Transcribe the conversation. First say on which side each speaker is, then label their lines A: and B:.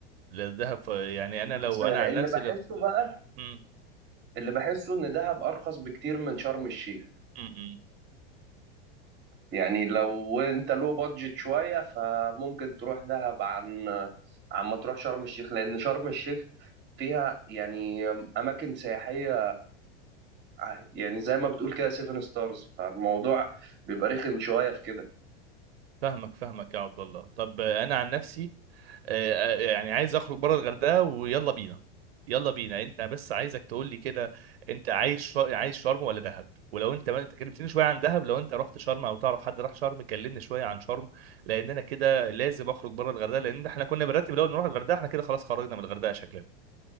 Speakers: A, on the right; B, on the right.
A: لا دهب ف- يعني انا
B: بس
A: لو انا عن
B: اللي
A: نفسي
B: بحسه
A: لو
B: بقى
A: مم.
B: اللي بحسه ان دهب ارخص بكتير من شرم الشيخ
A: مم. مم.
B: يعني لو انت لو بادجت شوية فممكن تروح دهب عن عن ما تروح شرم الشيخ لان شرم الشيخ فيها يعني اماكن سياحية ع- يعني زي ما بتقول كده سيفن ستارز فالموضوع بيبقى رخم شوية في كده
A: فاهمك فاهمك يا عبد الله طب آه، انا عن نفسي آه، آه، يعني عايز اخرج بره الغردقه ويلا بينا يلا بينا انت بس عايزك تقول لي كده انت عايز شر... عايز شرم ولا دهب ولو انت ما انت كلمتني شويه عن دهب لو انت رحت شرم او تعرف حد راح شرم كلمني شويه عن شرم لان انا كده لازم اخرج بره الغردقه لان احنا كنا بنرتب الاول نروح الغردقه احنا كده خلاص خرجنا من الغردقه شكلنا